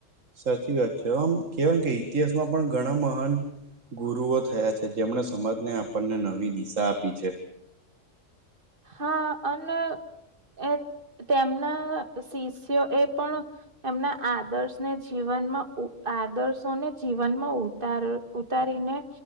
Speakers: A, on the right; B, on the right.
A: સાચી વાત છે આમ કેવાય કે ઇતિહાસમાં પણ ઘણા મહાન ગુરુઓ થયા છે જેમણે સમાજને આપણને નવી દિશા આપી છે.
B: હા અને એ તેમના શિષ્યો એ પણ એમના આદર્શને જીવનમાં આદર્શોને જીવનમાં ઉ ઉ ઉતારીને